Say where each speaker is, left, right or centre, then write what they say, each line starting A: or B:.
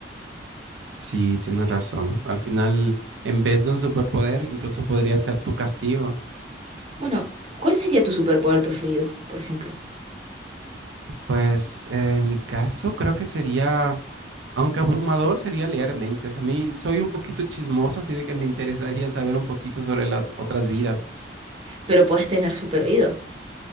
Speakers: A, on the right; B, on the right.
A: Sí, tienes razón. Al final, en vez de un superpoder, incluso podría ser tu castigo.
B: Bueno, ¿cuál sería tu superpoder preferido, por ejemplo?
A: Pues eh, en mi caso creo que sería, aunque abrumador, sería leer mentes. A mí soy un poquito chismoso, así de que me interesaría saber un poquito sobre las otras vidas.
B: Pero podés tener super oído.